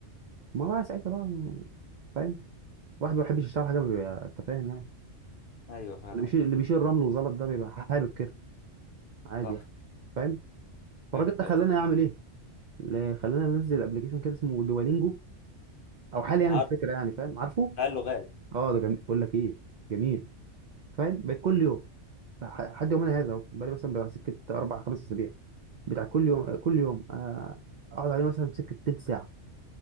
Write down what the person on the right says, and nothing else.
ما بقى ساعتها بقى فاهم واحد ما بيحبش يشتغل حاجه بيبقى انت فاهم يعني
اللي بيشيل
اللي بيشيل رمل وزلط ده بيبقى حابب كده عادي
يعني فاهم
فالراجل ده
خلاني اعمل ايه اللي خلاني انزل ابلكيشن كده اسمه دوالينجو او حالي يعني
بالفكره يعني فاهم عارفه
اه ده جميل بقول لك ايه جميل فاهم بقيت كل يوم ح- لحد يومنا هذا اهو بقالي مثلا بتاع سكه اربع خمس اسابيع بتاع كل يوم كل يوم آه، اقعد عليه مثلا سكه تلت ساعه